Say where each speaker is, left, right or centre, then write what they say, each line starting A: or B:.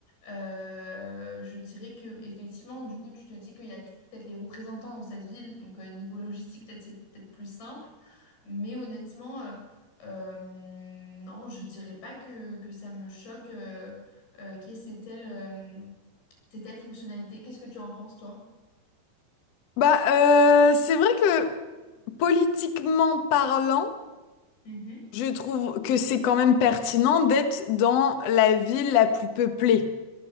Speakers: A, on the left; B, on the left.
A: Euh, je dirais que effectivement, du coup, tu te dis qu'il y a tout- peut-être les représentants dans cette ville, donc euh, niveau logistique, peut-être c'est peut-être plus simple. Mais honnêtement, euh, euh, non, je dirais pas que, que ça me choque euh, euh, qu'il y ait ces telles, euh, ces telles fonctionnalités. Qu'est-ce que tu en penses, toi?
B: Bah, euh, c'est vrai que politiquement parlant,
A: Mhm.
B: je trouve que c'est quand même pertinent d'être dans la ville la plus peuplée.